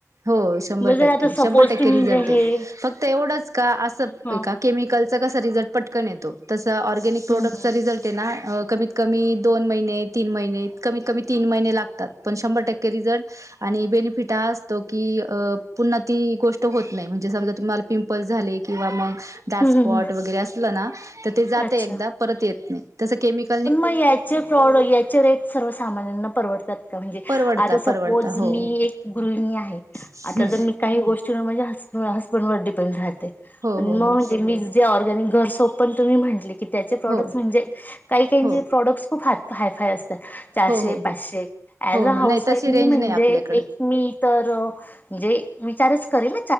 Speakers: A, on the right (about 80°); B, on the left (about 35°).
A: हो शंभर
B: मग जर
A: टक्के,
B: आता
A: शंभर
B: सपोज
A: टक्के
B: तुम्ही
A: रिझल्ट
B: जे
A: आहे.
B: हे
A: फक्त एवढंच का असं
B: ह
A: का केमिकलचा कसा रिझल्ट पटकन येतो, तस ऑर्गॅनिक प्रोडक्टचा
B: हम्म हम्म
A: रिझल्ट आहे ना कमीत कमी दोन महिने, तीन महिने कमी कमी तीन महिने लागतात. पण शंभर टक्के रिझल्ट आणि बेनिफिट हा असतो की अ पुन्हा ती गोष्ट होत नाही, म्हणजे समजा तुम्हाला पिंपल्स झाले किंवा मग डार्क
B: हम्म
A: स्पॉट
B: हम्म हम्म.
A: वगैरे असलं ना, तर ते जातंय
B: अच्छा
A: एकदा परत येत नाही. तस केमिकल
B: पण मग याचे प्रॉड याचे रेट सर्व सामान्यांना परवडतात का, म्हणजे
A: परवडता
B: आता सपोज
A: परवडता हो
B: मी एक गृहिणी आहे,
A: हम्म.
B: आता जर मी काही गोष्टींना माझ्या हजबंड हसबंड वर डिपेंड राहते
A: हो
B: आणि
A: हो
B: मग
A: हो
B: जे मी जे ऑर्गॅनिक घर सोप पण तुम्ही म्हटले, की त्याचे प्रॉडक्ट्स
A: हो
B: म्हणजे काही काहींचे
A: हो
B: प्रॉडक्ट्स खूप हा हाय फाय असतात. चारशे,
A: हो हो हो
B: पाचशे ॲज
A: हो
B: अ
A: हो
B: हाऊस
A: नाही तशी
B: वाईफ मी
A: रेंज
B: म्हणजे
A: नाही आपल्याकडे
B: एक मी तर म्हणजे विचारच करेन